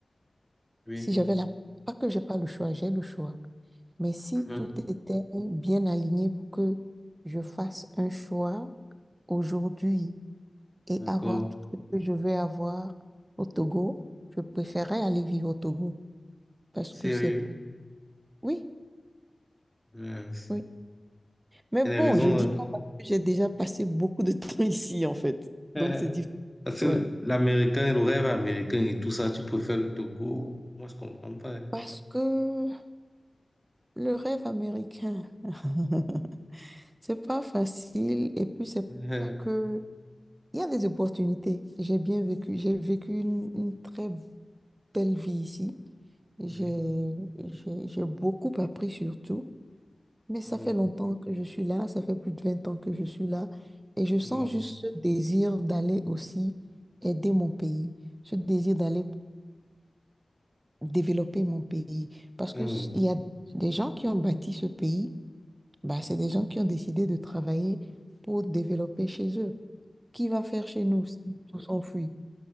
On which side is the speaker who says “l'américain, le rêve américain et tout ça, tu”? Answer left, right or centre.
Centre